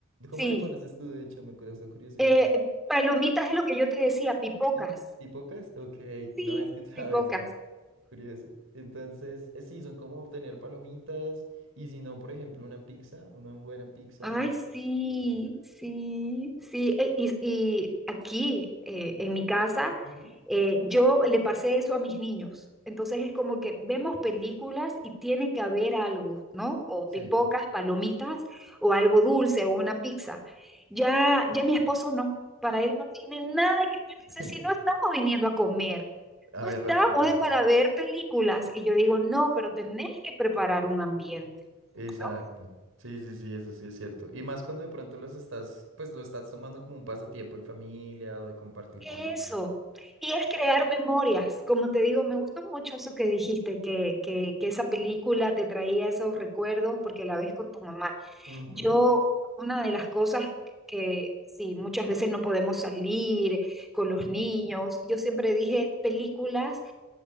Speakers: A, on the right; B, in the centre.
A: ¿Cómo
B: Sí,
A: le conoces tú, de hecho? Me causa curiosidad.
B: eh, palomitas es lo que yo te decía, pipocas.
A: ¿Ti- ¿Tipocas? Ok,
B: Sí,
A: no he escuchado
B: pipocas.
A: <laughs> eso. Curioso. Entonces, eh, sí, son como obtener palomitas y si no, por ejemplo, una pizza, una buena pizza
B: Ay,
A: se me hace
B: sí,
A: súper buena.
B: sí, sí. E- Y, y aquí, eh, en mi casa,
A: Ujú.
B: eh, yo le pasé eso a mis niños. Entonces es como que vemos películas y tiene que haber algo, ¿no? O
A: Sí,
B: pipocas, palomitas, o algo dulce, o una pizza. Ya, ya mi esposo no, para él no tiene nada que ver. Dice,
A: <laughs>
B: si no estamos viniendo a comer,
A: a
B: no
A: ver
B: estamos,
A: la película.
B: es para ver películas. Y yo digo, no, pero tenés que preparar un ambiente.
A: Exacto.
B: no
A: Sí, sí, sí, eso sí es cierto. Y más cuando de pronto los estás, pues lo estás tomando como un pasatiempo en familia o de compartir
B: Eso.
A: con alguien.
B: Y es crear memorias. Como te digo, me gustó mucho eso que dijiste, que, que, que esa película te traía esos recuerdos porque la ves con tu mamá.
A: Ujú.
B: Yo, una de las cosas que sí, muchas veces no podemos salir con los niños, yo siempre dije películas